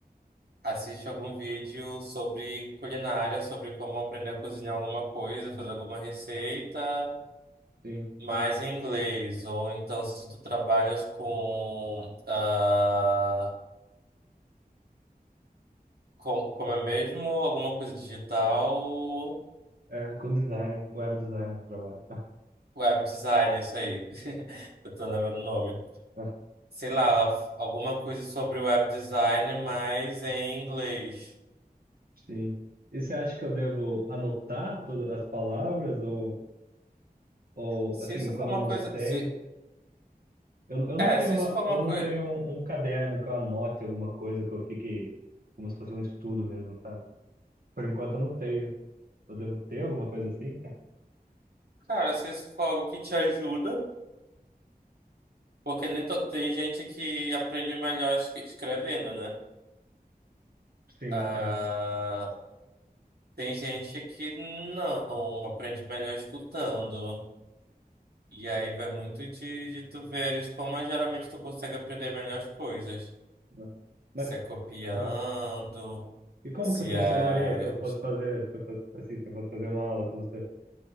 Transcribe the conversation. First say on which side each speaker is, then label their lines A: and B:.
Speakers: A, on the right; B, on the right.
A: assiste algum vídeo sobre culinária, sobre como aprender a cozinhar alguma coisa, fazer alguma receita,
B: sim.
A: mas em inglês.
B: E,
A: Ou então, se tu trabalhas com ah, Com- Como é mesmo alguma coisa digital,
B: é, com designer, web designer eu trabalho. Ah,
A: web design, é isso aí. <laughs> Eu tô lembrando o nome.
B: ah,
A: Sei lá, alguma coisa sobre web design, mas em inglês.
B: sim. E você acha que eu devo anotar todas as palavras ou, ou
A: Se
B: assim,
A: isso
B: quando
A: for uma
B: eu não
A: coisa.
B: sei,
A: Se,
B: eu, eu
A: é,
B: não tenho
A: se
B: uma,
A: isso for uma
B: eu não
A: coisa.
B: tenho um, um caderno que eu anote alguma coisa que eu fique como se fosse um estudo mesmo, sabe? Por enquanto eu não tenho. Eu devo ter alguma coisa assim?
A: Cara, se isso for algo que te ajuda, porque nem to- tem gente que aprende melhor es- escrevendo, né?
B: <laughs> Sim,
A: Ah,
B: é.
A: tem gente que não aprende melhor escutando. E aí vai muito de, de tu veres como é, geralmente tu consegue aprender melhores coisas.
B: é. Mas
A: Se é copiando,
B: é. E como
A: se
B: que
A: é.
B: funcionaria se eu fosse fazer, se eu fosse, assim, se eu fosse fazer uma aula com você?